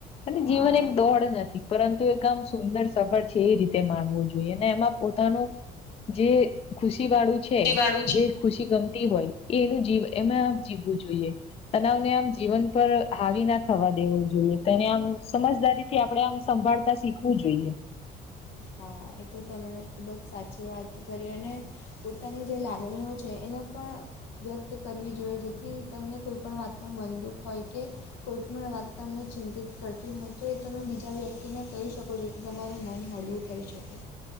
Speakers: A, on the left; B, on the left.
A: અને
B: હા.
A: જીવન એક દોડ નથી. પરંતુ એક આમ સુંદર સફર છે એ રીતે માનવું જોઈએ ને એમાં પોતાનું. જે ખુશી વાળું છે
B: વાળું છે.
A: જે ખુશી ગમતી હોય. એ એનું જીવ એમાં આ જીવવું જોઈએ તણાવ ને આમ. જીવન પર હાવી ના થવા દેવો જોઈએ તેને આમ સમજદારી થી આપણે આમ સંભાળતા શીખવું જોઈએ.
B: હા એ તો તમે ખૂબ જ સાચી વાત કરી અને. પોતાની જે લાગણીઓ છે એને પણ વ્યક્ત કરવી જોઈએ જેથી તમને કોઈ પણણ વાતનું મનદુઃખ હોય કે. કોઈ પણણ વાત તમને ચિંતિત કરતી હોય તો એ તમે બીજા વ્યક્તિને કહી શકો જેથી તમારું મન હળવું. થઈ શકે.